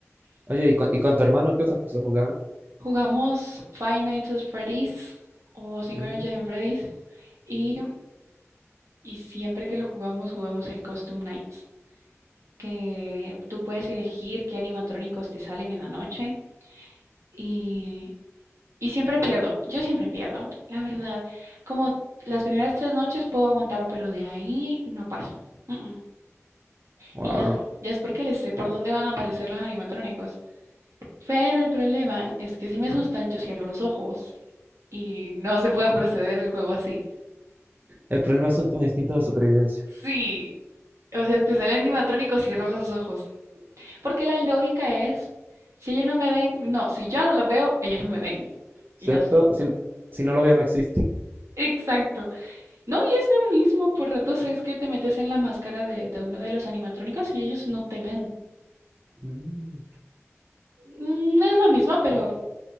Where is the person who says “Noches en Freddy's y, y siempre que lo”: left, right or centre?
Right